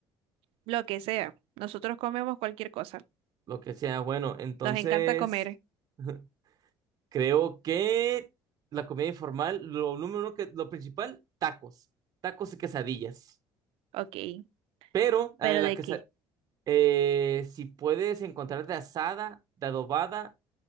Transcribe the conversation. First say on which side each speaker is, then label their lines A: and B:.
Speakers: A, on the right; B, on the right.
A: Lo que sea. Nosotros comemos cualquier cosa.
B: Lo que sea, bueno, entonces
A: Nos encanta comer.
B: <laughs> creo que la comida informal, lo número uno que, lo principal, tacos, tacos y quesadillas.
A: Ok,
B: Pero
A: pero
B: eh, la
A: ¿de
B: quesa-
A: qué?
B: eh, si puedes encontrar de asada, de adobada